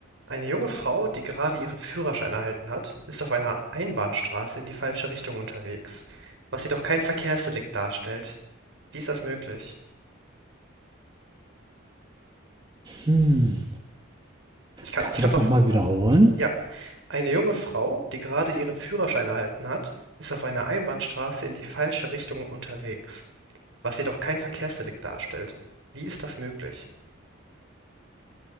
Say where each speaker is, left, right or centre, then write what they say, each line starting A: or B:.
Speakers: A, on the right; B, on the right.
A: Eine junge Frau, die gerade ihren Führerschein erhalten hat, ist auf einer Einbahnstraße in die falsche Richtung unterwegs, was jedoch kein Verkehrsdelikt darstellt. Wie ist das möglich?
B: Hm,
A: Ich kann,
B: kannst
A: ich kann's
B: du das
A: auch,
B: nochmal wiederholen?
A: ja. Eine junge Frau, die gerade ihren Führerschein erhalten hat, ist auf einer Einbahnstraße in die falsche Richtung unterwegs, was jedoch kein Verkehrsdelikt darstellt. Wie ist das möglich?